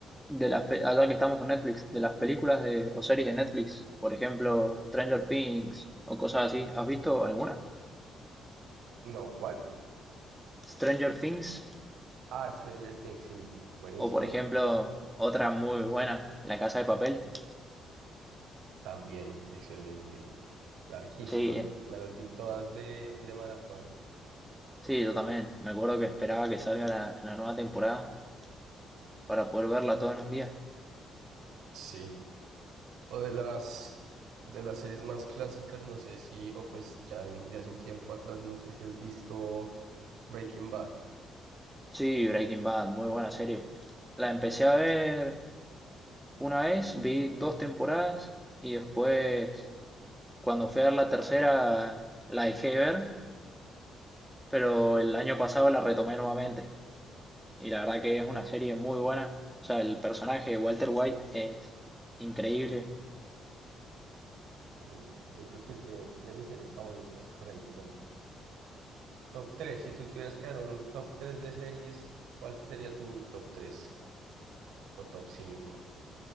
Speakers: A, in the centre; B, on the right.
A: De las, pe- allá que estamos con Netflix, de las películas de, o series de Netflix, por ejemplo, Stranger Things o cosas así, ¿has visto alguna?
B: no, ¿cuál?
A: Stranger Things
B: Ah, Stranger Things, sí, buenísima,
A: o por ejemplo otra muy buena, La Casa de Papel.
B: también, excelente. larguísima.
A: Sí, eh,
B: Me las vi todas de, de maratón.
A: sí, yo también. Me acuerdo que esperaba que salga la, la nueva temporada para poder verla toda en un día.
B: Sí. O de las de las series más clásicas, no sé si, o pues ya en- de hace un tiempo atrás, no sé si has visto Breaking Bad.
A: Sí, Breaking Bad, muy buena serie. La empecé a ver una vez, vi dos temporadas y después, cuando fui a ver la tercera, la dejé de ver pero el año pasado la retomé nuevamente y la verdad que es una serie muy buena. O sea, el personaje de Walter White es increíble
B: Sí, yo creo que es de, de mis series favoritas, por ahí top. Top tres. si tú tuvieras que dar un top 3 de series, ¿cuál sería tu top 3 o top cinco?